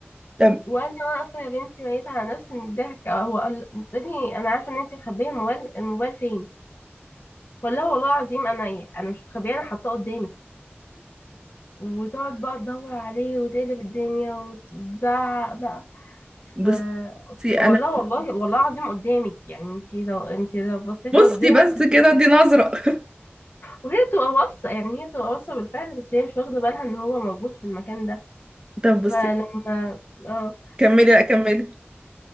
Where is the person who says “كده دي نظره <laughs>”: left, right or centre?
Right